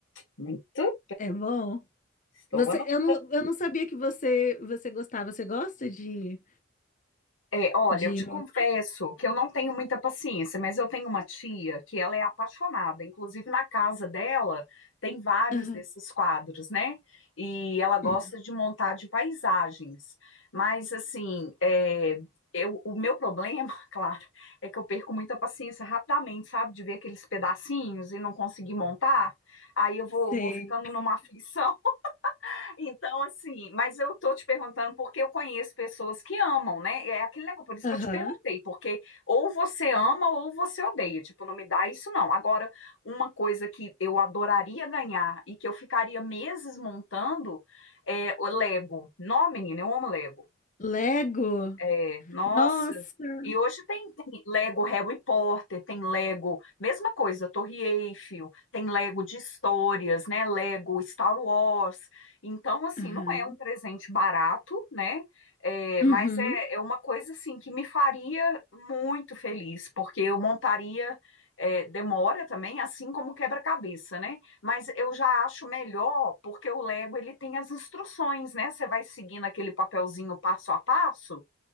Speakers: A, on the left; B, on the left.
A: muito
B: É bom.
A: Estou
B: Você,
A: anotando.
B: eu não, eu não sabia que você, você gostava. Você gosta de,
A: É, olha,
B: de...
A: eu te
B: mon-
A: confesso que eu não tenho muita paciência, mas eu tenho uma tia que ela é apaixonada. Inclusive, na casa dela tem vários
B: Aham.
A: desses quadros, né? E ela gosta
B: Hum,
A: de montar de paisagens. Mas, assim, é, eu, o meu problema, <laughs> claro, é que eu perco muita paciência rapidamente, sabe? De ver aqueles pedacinhos e não conseguir montar. Aí eu vou,
B: Sei.
A: vou ficando numa aflição. Então, assim, mas eu tô te perguntando porque eu conheço pessoas que amam, né? É aquele negócio, por isso
B: Aham.
A: que eu te perguntei, porque ou você ama ou você odeia, tipo, não me dá isso não. Agora, uma coisa que eu adoraria ganhar e que eu ficaria meses montando é o Lego. Não, menina, eu amo Lego.
B: Lego?
A: É, nossa.
B: Nossa.
A: E hoje tem, tem Lego Harry Potter, tem Lego, mesma coisa, Torre Eiffel, tem Lego de histórias, né? Lego Star Wars. Então, assim,
B: Aham.
A: não é um presente barato, né? É,
B: Uhum.
A: mas é, é uma coisa, assim, que me faria muito feliz, porque eu montaria. é, demora também, assim como quebra-cabeça, né? Mas eu já acho melhor, porque o Lego ele tem as instruções, né? Você vai seguindo aquele papelzinho passo a passo